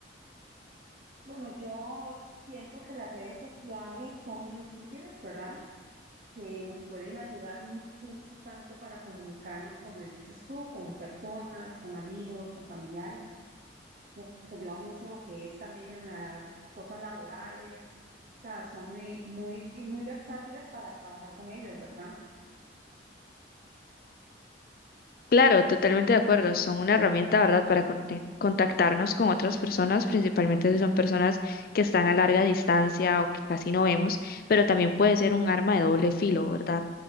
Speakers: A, on the right; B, on the left.
A: Bueno, yo siento que las redes sociales son muy útiles, ¿verdad? Que nos pueden ayudar mu- mucho tanto para comunicarnos, como dices tú, con personas, con amigos, con familiares. Nos nos ayuda mucho lo que es también en las cosas laborales. O sea, son muy, muy, muy versátiles para trabajar con ellos, ¿verdad?
B: Claro, totalmente de acuerdo. Son una herramienta, ¿verdad?, para conte- contactarnos con otras personas, principalmente si son personas que están a larga distancia o que casi no vemos, pero también puede ser un arma de doble filo, ¿verdad?